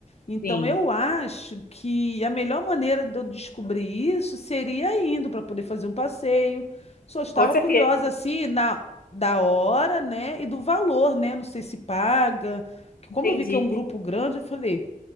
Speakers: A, on the left; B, on the left.
A: Então
B: Sim,
A: eu acho que a melhor maneira de eu descobrir isso seria indo para poder fazer um passeio. Só estava
B: com certeza,
A: curiosa assim na da hora, né, e do valor, né? Não sei se paga. Porque como
B: entendi.
A: eu vi que é um grupo grande, eu falei,